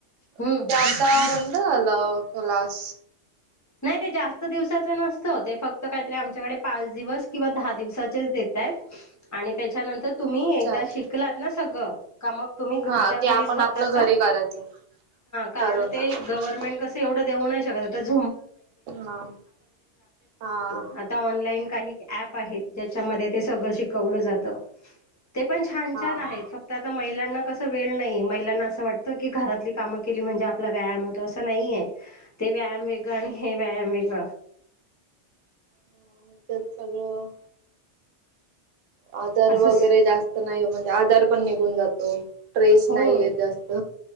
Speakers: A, on the left (about 25°); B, on the right (about 85°).
A: हम्म
B: पण ते आता बंड झालं. क्लास.
A: नाही ते जास्त दिवसाच नसत ते फक्त का आमच्याकडे पाच दिवस किंवा दहा दिवसाेत त्या त्याच्यानंतर तुम्ही
B: अच्छा
A: एकदा
B: अच्छा
A: शिकलात ना सगळं का मग तुम्ही घरच्या
B: हा
A: घरी
B: ते आपण
A: स्वतः
B: आपलं घरी करायचं
A: कारण
B: करून
A: ते
B: टाकायचं
A: गनमेंट कस एवढ देऊ नाही शकतु
B: हा हा
A: <inaudible> काही प आहेत ज्याच्यामध्ये ते सगळं शिकवलं जात ते पण छान
B: हा
A: छान आहेत फक्त आता महिला कस वेळ नाही महिलांना असं वाटत की घरातली कामं केली म्हणजे आपला व्यायाम होतो अस नाहीे ते वॅमे गाणी मिक
B: हा हच्यात सगळं आजार
A: असंच
B: वगैरे जास्त नाही म्हणजे आजार पण निघून जातो ट्रेस
A: हो
B: नाहीय जास्त